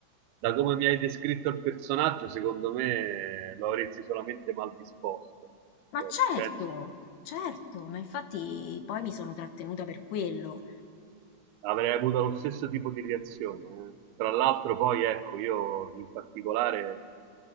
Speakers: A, on the right (about 85°); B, on the left (about 85°).
A: da come mi hai descritto il personaggio, secondo me lo avresti solamente mal disposto.
B: Ma
A: Cioè,
B: certo,
A: penso...
B: certo, ma infatti poi mi sono trattenuta per quello.
A: Avrei avuto lo stesso tipo di reazione. eh. Tra l'altro, poi ecco, io in particolare